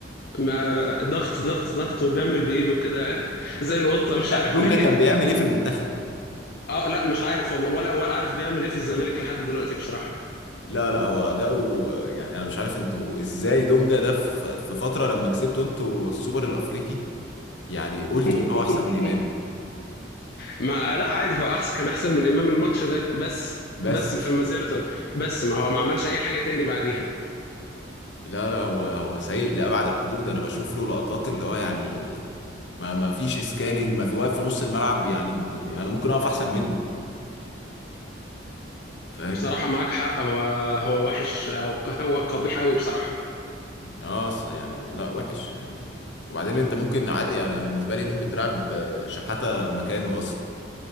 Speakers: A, on the left (about 50°); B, on the left (about 65°).
A: ما ضغط ضغط ضغط وبيعمل بايده كده <laughs> زي القطه مش
B: لا
A: عارف
B: دونجا
A: ليه
B: كان بيعمل ايه في المنتخب
A: اه لا مش عارف والله ولا ولا عارف بيعمل ايه في الزمالك لحد دلوقتي بصراحه
B: لا لا هو ده و... يعني انا مش عارف انتوا ازاي دونجا ده في في فتره لما كسبتوا انتوا السوبر الافريقي يعني قلتوا
A: <laughs>
B: ان هو احسن من امام
A: ما لا عادي هو احسن كان احسن من امام الماتش ده بس
B: بس
A: بس في مسيرته بس ما هو ما عملش اي حاجه تاني بعديها
B: لا لا هو هو سيء لابعد الحدود انا بشوف له لقطات اللي هو يعني ما ما فيش سكاننج ما في واقف في نص الملعب يعني انا ممكن اقف احسن منه فاهم
A: بصراحه معاك حق هو هو وحش هو هو قبيح قوي بصراحه
B: اه أصل يعني لا وحش يعني وبعدين انت ممكن عادي انا بالنسبه لي ممكن تلعب آه، شحاته مكانه اصلا